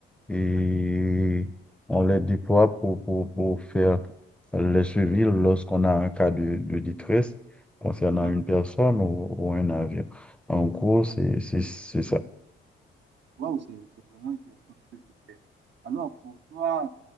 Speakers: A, in the centre; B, on the right.
A: et on les déploie pour, pour, pour faire les suivis lorsqu'on a un cas de, de détresse concernant
B: Mhm.
A: une personne ou, ou un avion. En gros, c'est c'est- c'est ça.
B: Waouh, c'est- c'est vraiment intéressant ce que tu fais. Alors, pour toi,